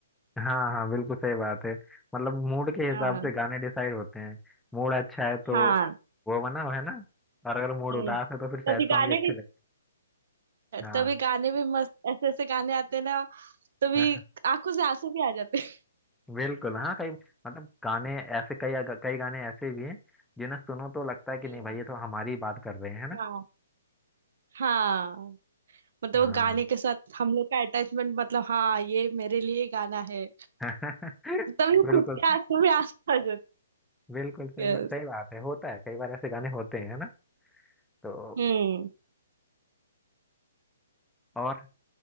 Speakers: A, in the centre; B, on the right.
A: हाँ हाँ बिल्कुल सही बात है मतलब मूड के हिसाब
B: हाँ
A: से गाने डिसाइड होते हैं मूड अच्छा है तो
B: हाँ
A: वो बना हुआ है ना और अगर मूड
B: हम्म।
A: उदास है तो फिर सैड
B: कभी
A: सॉन्ग
B: गाने
A: ही अच्छे
B: भी
A: लगते हैं हाँ
B: तभी गाने भी मस्त ऐसे ऐसे गाने आते हैं ना तभी
A: <laughs>
B: आंखों से आंसू भी आ जाते हैं।
A: बिल्कुल हाँ कई मतलब गाने ऐसे कई कई गाने ऐसे भी हैं जिन्हें सुनो तो लगता है कि
B: हम्म,
A: नहीं भाई ये तो हमारी ही बात कर रहे हैं है ना
B: हाँ हाँ मतलब
A: हाँ
B: वो गाने के साथ हम लोग का अटैचमेंट मतलब हाँ ये मेरे लिए गाना है
A: <laughs>
B: तभी
A: बिल्कुल
B: खुद के आंसू भी आंसू आ जाते हैं
A: बिल्कुल सही
B: Yes.
A: बात सही बात है होता है कई बार ऐसे गाने होते हैं ना तो
B: हम्म
A: और